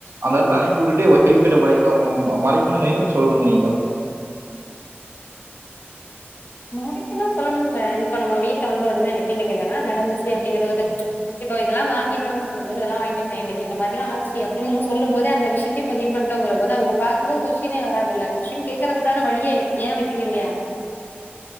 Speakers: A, on the right (about 75°); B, on the left (about 45°).
A: அந்த எடத்துல அனுப் புல் இதையும் வைப் கிட்ட மறைக்கணும்ங்குறீங்கள சொல்லணும்ங்கிறீங்களா
B: மறைக்கெல்லாம் சொல்லணும்ல்ல இப்போ நம்ம வீட்டுல வந்த உடனே இன்னைக்கு இதான் நடந்துச்சு அப்டிங்கறத இப்போ இதெல்லாம் வாங்கிட்டு வாங்கன்னு சொல்லும் போது இதெல்லாம் வாங்கிட்டு வந்தேன் இந்த மாதிரி எல்லாம் ஆச்சு அப்டின்னு நம்ம சொல்லும் போதே அந்த விஷயத்தையும் பதிவு பண்ணிட்டோங்கிற போது அவங்க பா்கும்போது கொஸ்டினே வராதுல்ல கொஷ்டின் கேட்கறதுக்கான வழியே ஏன் வைக்கறீங்க